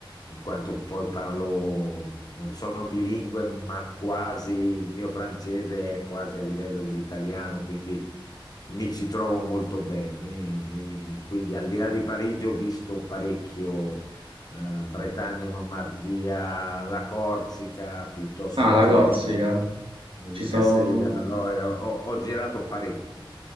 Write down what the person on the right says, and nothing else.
ah, la
Corsica.
Ci sono...